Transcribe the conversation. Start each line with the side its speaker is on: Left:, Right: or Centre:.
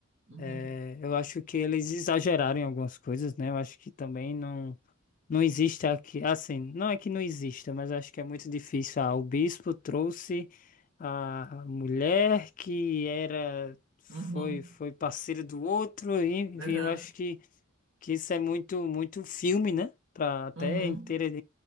Right: Uhum.
Left: É, eu acho que eles exageraram em algumas coisas, né? Eu acho que também não, não existe aqui, assim, não é que não exista, mas eu acho que é muito difícil. Ah, o bispo trouxe a a mulher que era, foi,
Right: Uhum.
Left: foi parceira do outro, e, enfim,
Right: Aham.
Left: eu acho que, que isso é muito, muito filme, né? Pra até
Right: Uhum.
Left: entreter,